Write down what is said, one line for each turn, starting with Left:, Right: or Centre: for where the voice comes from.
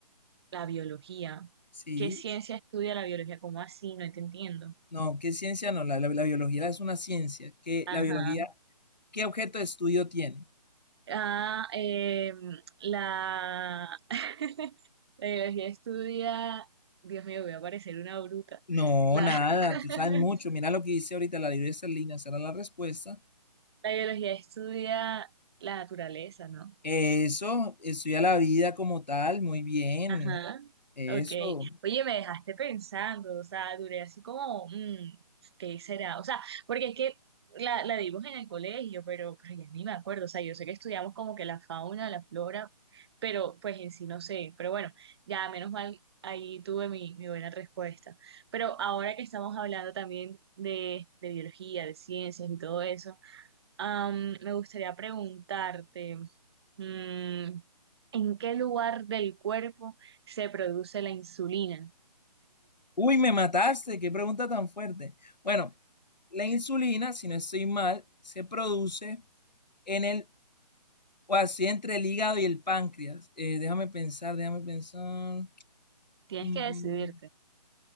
Right: la biología.
Left: Sí,
Right: ¿Qué ciencia estudia la biología? ¿Cómo así? No te entiendo.
Left: no, ¿qué ciencia no? La, la- la biología es una ciencia. ¿Qué,
Right: Ajá.
Left: la biología, qué objeto de estudio tiene?
Right: Ah, eh, la, <laughs> la biología estudia, Dios mío, voy a parecer una bruta.
Left: No,
Right: La,
Left: nada,
Right: <laughs>
Left: tú sabes mucho. Mira lo que dice ahorita la libreta Serlina, será la respuesta.
Right: la biología estudia la naturaleza, ¿no?
Left: Eso, estudia la vida como tal, muy bien.
Right: Ajá,
Left: Eso.
Right: ok. Oye, me dejaste pensando, o sea, duré así como, mm, ¿qué será? O sea, porque es que la, la dimos en el colegio, pero, pero ya ni me acuerdo, o sea, yo sé que estudiamos como que la fauna, la flora, pero pues en sí no sé, pero bueno, ya menos mal ahí tuve mi, mi buena respuesta. Pero ahora que estamos hablando también de, de biología, de ciencias y todo eso, am, me gustaría preguntarte... Mm, ¿en qué lugar del cuerpo se produce la insulina?
Left: Uy, me mataste, qué pregunta tan fuerte. Bueno, la insulina, si no estoy mal, se produce en el, o así entre el hígado y el páncreas. Eh, déjame pensar, déjame pensar.
Right: Tienes
Left: Mm,
Right: que decidirte.